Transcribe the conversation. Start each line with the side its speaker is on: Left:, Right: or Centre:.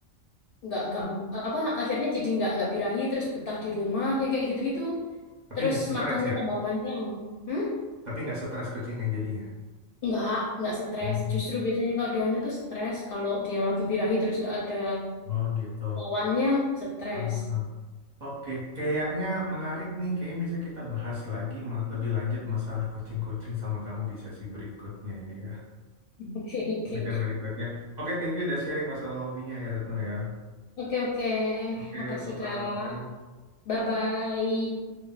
Left: nggak gam apa akhirnya jadi nggak nggak birahi terus betah di rumah yang kayak gitu-gitu.
Right: Tapi
Left: Terus
Right: nggak stres
Left: makannya
Right: ya.
Left: tambah banyak. Hmm?
Right: Tapi nggak stres kucingnya jadinya.
Left: Nggak, nggak stres.
Right: Oh,
Left: Justru biasanya kalau dia itu stres. Kalau dia lagi birahi terus nggak ada
Right: oh gitu.
Left: lawannya, stres.
Right: Ah, Oke, kayaknya menarik nih. Kayaknya bisa kita bahas lagi mah lebih lanjut masalah kucing-kucing sama kamu di sesi berikutnya ini ya.
Left: <laughs> Oke, oke.
Right: Bicara berikutnya. Oke, thank you udah sharing masalah hobinya ya Retno ya.
Left: Oke, oke.
Right: Oke,
Left: Makasih,
Right: bye-bye.
Left: Kak. Bye-bye.